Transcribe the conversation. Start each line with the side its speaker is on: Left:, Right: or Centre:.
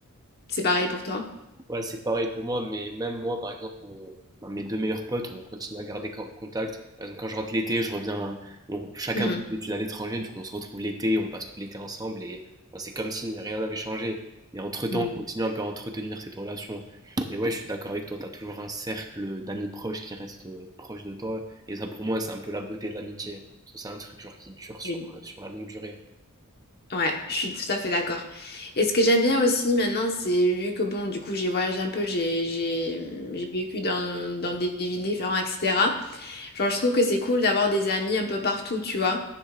Left: c'est pareil pour toi.
Right: Ouais, c'est pareil pour moi, mais même moi, par exemple, on- un de mes deux meilleurs potes, on continue à garder co- contact. Par exemple, quand je rentre l'été, je reviens, on- chacun
Left: Mhm.
Right: fait des études à l'étranger, du coup, on se retrouve l'été, on passe tout l'été ensemble, et enfin, c'est comme si rien n'avait changé. Mais entre-temps,
Left: Mhm.
Right: on continue un peu à entretenir cette relation. Mais ouais, je suis d'accord avec toi, t'as toujours un cercle d'amis proches qui reste euh, proche de toi, et ça, pour moi, c'est un peu la beauté de l'amitié, parce que c'est un truc genre qui dure sur,
Left: Oui.
Right: euh, sur la longue durée.
Left: Ouais, je suis tout à fait d'accord. Et ce que j'aime bien aussi maintenant, c'est vu que bon, du coup, j'ai voyagé un peu, j'ai j'ai j'ai vécu dans, dans des villes différentes, etc. Genre, je trouve que c'est cool d'avoir des amis un peu partout, tu vois.